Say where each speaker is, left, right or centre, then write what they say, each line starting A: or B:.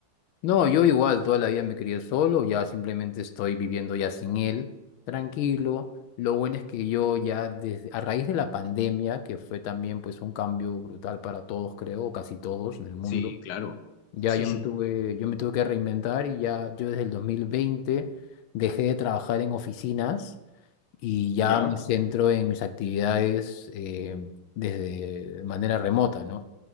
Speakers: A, on the left; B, on the left.
A: No, yo igual toda la vida me crié solo, ya simplemente estoy viviendo ya sin él, tranquilo. Lo bueno es que yo ya desde, a raíz de la pandemia, que fue también pues un cambio brutal para todos, creo, o casi todos en el mundo,
B: Sí, claro.
A: ya
B: Sí,
A: yo
B: sí.
A: me tuve, yo me tuve que reinventar y ya yo desde el 2020 dejé de trabajar en oficinas y ya
B: ¿Ya?
A: me centro en mis actividades eh, desde de manera remota, ¿no?